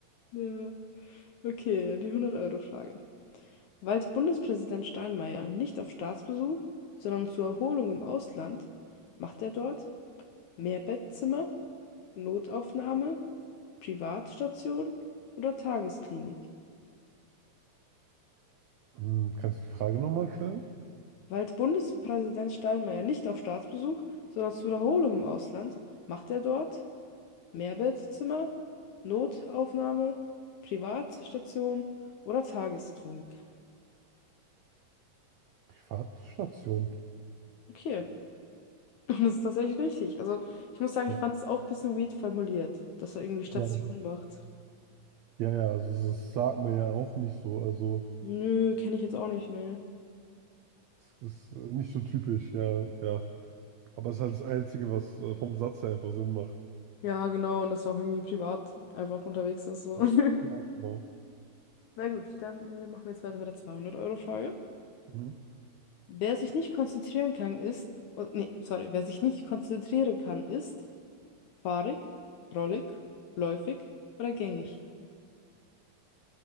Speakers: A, on the left; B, on the right.
A: Ja. Okay, die 100-Euro-Frage. Weilt Bundespräsident Steinmeier nicht auf Staatsbesuch, sondern zur Erholung im Ausland, macht er dort Mehrbettzimmer, Notaufnahme, Privatstation oder Tagesklinik?
B: Hm, kannst du die Frage nochmal stellen?
A: Weilt Bundespräsident Steinmeier nicht auf Staatsbesuch, sondern zur Erholung im Ausland, macht er dort Mehrbettzimmer, Notaufnahme, Privatstation oder Tagesklinik?
B: Privatstation.
A: Okay. Und das ist tatsächlich richtig. Also, ich muss sagen,
B: Ja,
A: ich fand es auch ein bisschen weird formuliert, dass er irgendwie Station
B: ja,
A: macht.
B: ja, ja, also das sagt man ja auch nicht so. Also,
A: Nö, kenne ich jetzt auch nicht, nee.
B: es ist äh, nicht so typisch, ja, ja. Aber es ist halt das Einzige, was äh, vom Satz her einfach Sinn macht.
A: Ja, genau, und dass er auch irgendwie privat einfach unterwegs ist, so.
B: Ja,
A: <laughs>
B: ja, genau.
A: Na gut, dann äh, machen wir jetzt weiter mit der 200-Euro-Frage.
B: Mhm.
A: Wer sich nicht konzentrieren kann, ist. Oh, nee, sorry, wer sich nicht konzentrieren kann, ist fahrig, rollig, läufig oder gängig.